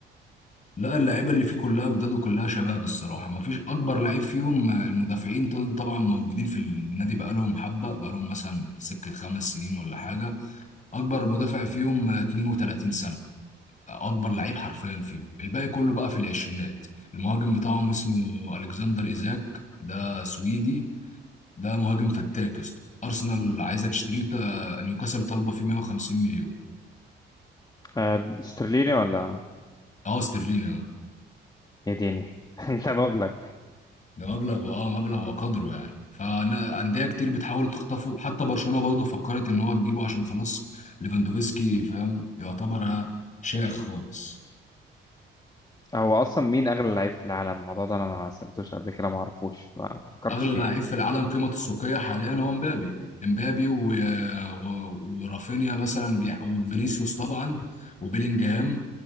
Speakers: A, on the left; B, on the left.
A: لا اللعيبه اللي فيه كلها جداد وكلها شباب الصراحه ما فيش اكبر لعيب فيهم المدافعين طل- طبعا موجودين في النادي بقالهم حبه بقالهم مثلا سكه خمس سنين ولا حاجه اكبر مدافع فيهم 32 سنه اكبر لعيب حرفيا فيهم الباقي كله بقى في العشرينات المهاجم بتاعهم اسمه الكسندر ايزاك ده سويدي ده مهاجم فتاك يا اسطى ارسنال عايزه تشتريه تا- نيوكاسل طالبه فيه 150 مليون
B: آه، استرليني ولا
A: اه استرليني اه
B: يديني <laughs> ده مبلغ
A: ده مبلغ اه مبلغ وقدره يعني فانديه كتير بتحاول تخطفه حتى برشلونه برضه فكرت ان هو تجيبه عشان خلاص ليفاندوفسكي فاهم يعتبر ها شايخ خالص
B: هو اصلا مين اغلى لعيب في العالم الموضوع ده انا ما سألتوش قبل كده ما اعرفوش ما فكرتش
A: اغلى
B: فيه
A: لعيب في العالم قيمه السوقيه حاليا هو مبابي مبابي و... و... ورافينيا مثلا بيح... وفينيسيوس طبعا وبيلينجهام